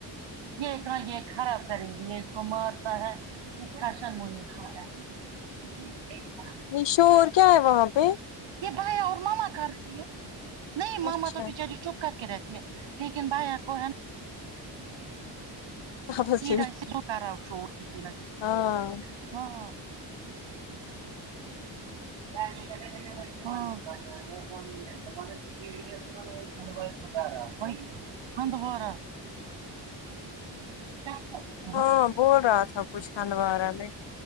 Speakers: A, on the right; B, on the left.
A: یہ کہاں یہ خراب کریں گی یہ اس کو مارتا ہے اس خاشن <unintelligible>
B: یہ شور کیا ہے وہاں پہ
A: یہ بھیا اور ماما کر رہی ہے نہیں ماما
B: اچھا
A: تو بچاری چپ کر کے رہتی ہے لیکن بھیا کو ہے نا
B: کاغذ
A: پڑ
B: کی بھی
A: سے تو کرا شور کسی نہ کسی
B: ہاں
A: ہاں <unintelligible> ہاں <unintelligible> <unintelligible>
B: ہاں بول رہا تھا کچھ ہوارہ میں